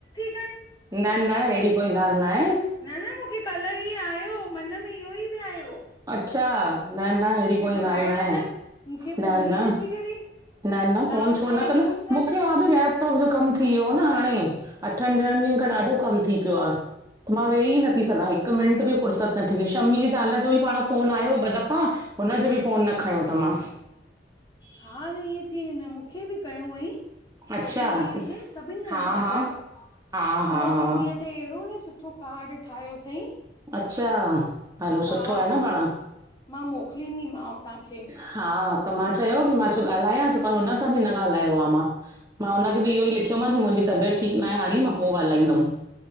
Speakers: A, on the left (about 25°); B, on the right (about 20°).
A: कनि
B: न- न एहिड़ी कोई ॻाल्हि नाए।
A: न -न मूंखे कल्ह ई आयो, मन में इहो ई बि आयो,
B: अच्छा न- न अहिड़ी
A: की
B: कोई
A: ॿुधाए
B: ॻाल्हि नाहे,
A: भला मूंखे
B: न
A: फ़ोन
B: -न
A: ई नथी करे
B: न -न फोन
A: लास
B: छो
A: आई
B: न कंदमि
A: कोन अथसि
B: मूंखे भाभी लैप लैपटॉप जो कमु थी वियो ओ न हाणे, अठनि ॾहनि ॾींहनि खां ॾाढो कमु थी पियो आ। त मां वेही ई नथी सघां हिकु मिंट बि, फुर्सत न थीई शम्मी जे जाल जो बि पाण फोन आहियो ॿ दफ़ा हुनजो बि फ़ोन न खयों त मांसि।
A: हा न इएंं थी व न मूंखे बि कयों हुअईं, जनम
B: अच्छा
A: ॾींहं ते सभिननि
B: हा
A: ॼणनि ॻाल्हायो,
B: हा हा
A: हुन
B: हा हा
A: जी धीअ त एड़ो न सुठो कार्ड ठाहियो तईं
B: अच्छा हलो
A: हा,
B: सुठो आहे न पाण
A: मां मोकिलिंदी मांव तांखे।
B: हा, त मां चयो की मां चो ॻाल्हायांसि, पर हुन खां बि न ॻाल्हायो आ मां, मां हुनखे बि इहो ई लिखियोमांसि मुंहिंजी तबियत ठीकु नाहे हाली, मां पो ॻाल्हाईंदमि।